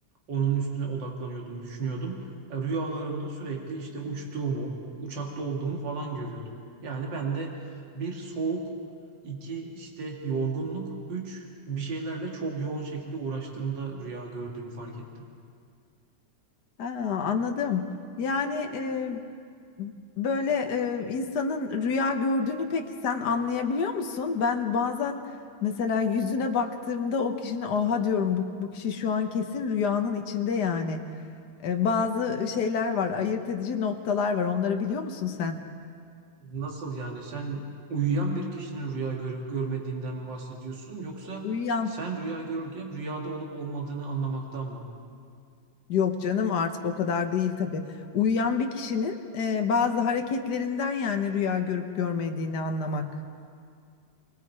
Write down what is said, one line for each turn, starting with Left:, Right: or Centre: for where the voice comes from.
Right: onun üstüne odaklanıyordum, düşünüyordum. E, Rüyalarımda sürekli işte uçtuğumu, uçakta olduğumu falan görüyordum. Yani ben de bir soğuk, iki işte yorgunluk, üç bir şeylerle çok yoğun şekilde uğraştığımda rüya gördüğümü fark ettim.
Left: Ha, anladım. Yani e, böyle e, insanın rüya gördüğünü peki sen anlayabiliyor musun? Ben bazen mesela yüzüne baktığımda o kişinin oha diyorum bu, bu kişi şu an kesin rüyanın içinde yani. E, bazı şeyler var, ayırt edici noktalar var. Onları biliyor musun sen?
Right: Nasıl yani sen uyuyan bir kişinin rüya görüp görmediğinden mi bahsediyorsun yoksa
Left: Uyuyan
Right: sen rüya görürken rüyada olup olmadığını anlamaktan mı?
Left: yok canım artık o kadar değil tabii. Uyuyan bir kişinin e, bazı hareketlerinden yani rüya görüp görmediğini anlamak.